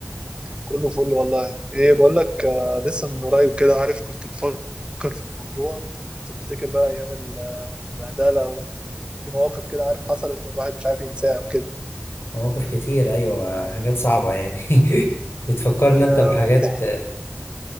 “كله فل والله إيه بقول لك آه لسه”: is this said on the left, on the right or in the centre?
Right